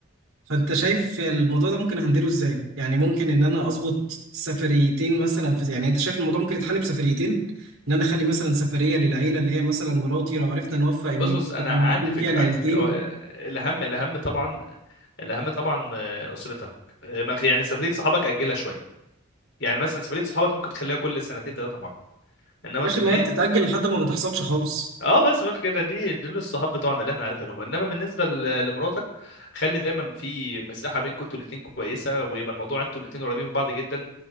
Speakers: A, on the right (about 85°); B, on the left (about 60°).
A: فانت شايف الموضوع ده ممكن اهندله ازاي يعني ممكن ان انا اظبط سفريتين مثلا في يعني انت شايف الموضوع ممكن يتحل بسفريتين ان انا اخلي مثلا سفريه للعيله اللي هي مثلا مراتي لو عرفنا نوفق ان
B: بص بص
A: مثلا
B: انا عندي
A: يكون
B: فكره
A: فيها العيلتين
B: عندي فكره هو، آه، الاهم الاهم طبعا الاهم طبعا آه، اسرتك آه، ما- يعني سفريه صحابك اجلها شويه يعني مثلا سفريه صحابك ممكن تخليها كل سنتين ثلاثه مره انما
A: يا باشا
B: سفريه
A: ما هي بتتاجل لحد ما ما تحصلش خالص
B: اه بس بس كده دي دول الصحاب بتوعنا اللي احنا عارفينهم انما بالنسبه ل- لمراتك خلي دايما في مساحه بينكم انتوا الاثنين كويسه ويبقى الموضوع انتوا الاثنين قريبين من بعض جدا